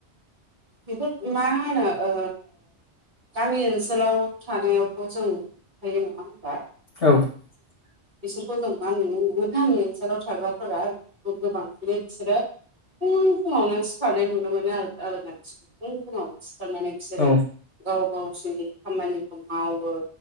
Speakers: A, on the right; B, on the left.
A: बेफोर‌ मा होनो ओ गामि ओनसोलाव थानायावथ' जों थायो नङा होनबा?
B: औ <inaudible>
A: बिसोरखौ जों मा नुनो मोनो गामि ओनसोलाव थाग्राफोरा गोबांसिनै बिसोरो फुं फुङावनो सिखारनाय नुनो मोनो आरो आरो फुं फुङावनो सि सिखारनानै बिसोरो
B: औ
A: गाव गावसोरनि खामानिखौ मावो